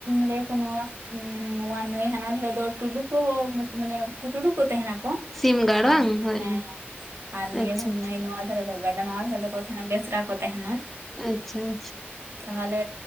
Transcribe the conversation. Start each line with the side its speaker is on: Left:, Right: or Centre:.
Right: ᱞᱟᱹᱭ ᱟᱠᱚ ᱱᱚᱣᱟ ᱚᱸ ᱱᱚᱣᱟ ᱱᱟᱹᱭ ᱦᱟᱱᱟ ᱫᱷᱟᱨᱮ ᱫᱚ ᱴᱩᱰᱩ ᱠᱚᱦᱚᱸ ᱢᱟᱱᱮ ᱩᱱᱠᱩ ᱴᱩᱰᱩ ᱠᱚ ᱛᱟᱦᱮᱱᱟᱠ ᱠᱚ
Centre: ᱥᱤᱢ ᱜᱟᱲ
Right: ᱟᱨ
Centre: ᱵᱟᱝ ᱦᱳᱭ
Right: ᱦᱮᱸ
Centre: ᱦᱳᱭ
Right: ᱟᱨ ᱱᱤᱭᱟᱹ
Centre: ᱟᱪᱪᱷᱟ
Right: ᱫᱷᱟᱨᱮ
Centre: ᱟᱪᱪᱷᱟ
Right: ᱱᱟᱹᱭ ᱱᱚᱣᱟ ᱨᱮᱫᱚ ᱜᱟᱰᱟ ᱱᱚᱣᱟ ᱫᱷᱟᱨᱮ ᱫᱚ ᱠᱚ ᱛᱟᱦᱮᱱᱟ ᱵᱮᱥᱨᱟ ᱠᱚ ᱛᱟᱦᱮᱱᱟ
Centre: ᱟᱪᱪᱷᱟ ᱟᱪᱪᱷᱟ
Right: ᱛᱟᱦᱚᱞᱮ